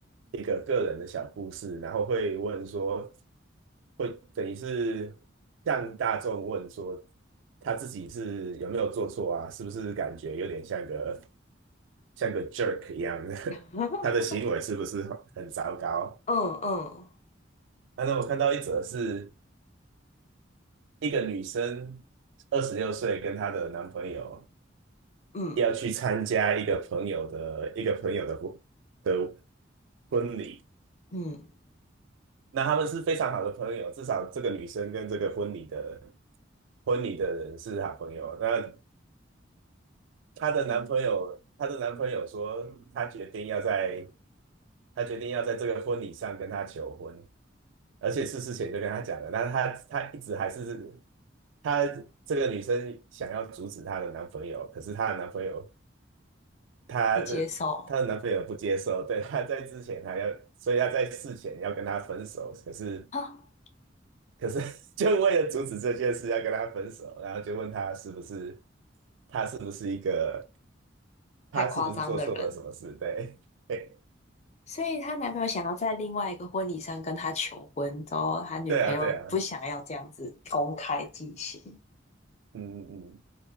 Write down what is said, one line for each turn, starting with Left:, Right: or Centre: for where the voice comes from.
Right: 一个个人的小故事，然后会问说。会等于是向大众问说，他自己是有没有做错啊？是不是感觉有点像个像个 jerk 一样的？
Left: <laughs>
Right: <laughs> 他的行为是不是很糟糕？
Left: 嗯嗯
Right: 那那我看到一则是一个女生二十六岁，跟她的男朋友
Left: 嗯
Right: 要去参加一个朋友的一个朋友的婚的婚礼。
Left: 嗯，
Right: 那他们是非常好的朋友，至少这个女生跟这个婚礼的婚礼的人是好朋友。那她的男朋友，她的男朋友说，他决定要在，他决定要在这个婚礼上跟她求婚，而且是事前就跟她讲了，但是她她一直还是她这个女生想要阻止她的男朋友，可是她的男朋友，她的她的男朋友不接受，
Left: 不接受
Right: 对，她在之前还要，所以要在事前要跟她分手，可是
Left: 啊，
Right: 可是 <laughs> 就为了阻止这件事要跟她分手，然后就问她是不是，她是不是一个，她是不是做错了什么事，
Left: 太夸张的人。
Right: 对。<laughs>
Left: 所以她男朋友想要在另外一个婚礼上跟她求婚，然后她女朋友不想要这样子公开进行。
Right: 对啊，对啊，嗯嗯嗯，